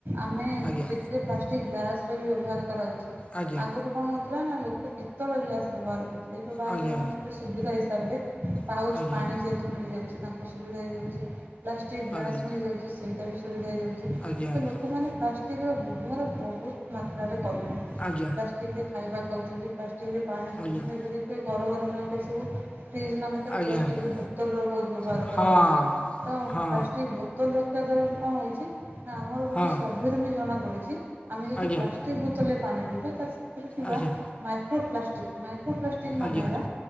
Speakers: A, on the right; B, on the left.
A: ଆମେ
B: ଆଜ୍ଞା
A: ଯେତିକ ପ୍ଲାଷ୍ଟି- କ ସେଠ ଗ୍ଲାସ ର ବି ବ୍ୟବହାର କରାାଉଛି।
B: ଆଜ୍ଞା ଆଜ୍ଞା
A: ଆଗରୁ କଣ ହଉଥିଲା ନା ଲୋକ ପିତ୍ତଳ ଗ୍ଲାସ ବ୍ୟବହାର କରୁଥିଲେ? ସେପ ବାହାଘର
B: ଆଜ୍ଞା
A: ମାନେ କେବେ ସୁବିଧା ହିସାବରେ। ପାଉଚ
B: ଆଜ୍ଞା
A: ପାଣି ଯେହେତୁ ମିଳିଯାଉଛି ତାଙ୍କ ସୁବିଧା ହେଇଯାଉଛି। ପ୍ଲାଷ୍ଟିକ ଗ୍ଲାସ
B: ଆଜ୍ଞା ଆଜ୍ଞା ଆଜ୍ଞା ଆଜ୍ଞା ଆଜ୍ଞା ଆଜ୍ଞା ଆଜ୍ଞା
A: ବି ମିଳି ଯାଉଛି ସେଇଟା ସୁବିଧା ହେଇଯାଉଛି।
B: ଆଜ୍ଞା
A: ତ ଲୋକମାନେ ପ୍ଲାଷ୍ଟିକ୍ ବ୍ୟବହାର ବହୁତ ମାତ୍ରାରେ କଲେଣି।
B: ଆଜ୍ଞା।
A: ପ୍ଲାଷ୍ଟିକରେ ଖାଇବା ଖାଉଛନ୍ତି, ପ୍ଲାଷ୍ଟିକରେ ପାଣି ପିଉଛନ୍ତି
B: ଆଜ୍ଞା
A: ଏବେ ଦେଖିବ ଘର ଘର ମବୁ ଫ୍ରିଜ୍ ମାନ- ରେ
B: ଆଜ୍ଞା
A: ପ୍ଲାଷ୍ଟିକ
B: ଆଜ୍ଞା
A: ବୋତଲ ର ବହୁତ ବ୍ୟବହାର
B: ହଁ
A: କରାହାଉଉଛି। ତ
B: ହଁ
A: ପ୍ଲାଷ୍ଟିକ ବତଲ ରକ୍ଷା ଦ୍ଵାରା ବି କଣ ହେଉଛି? ନା ଆମର ଗୋଟେ
B: ହଁ
A: ସର୍ଭେରୁ ବି ଜଣାପଡ଼ିଛି, ଆମେ ଯଦି
B: ଆଜ୍ଞା
A: ପ୍ଲାଷ୍ଟି କ୍ ବୋତଲରେ ପାଣି ପିଇବା ତା ସେଥିରେ ଥିବା
B: ଆଜ୍ଞା
A: ମାଇକ୍ରୋ ପ୍ଲାଷ୍ଟିକ୍ ମାଇକ୍ରୋପ୍ଲାଷ୍ଟିକ୍ ମାନେ
B: ଆଜ୍ଞା
A: ହେଲା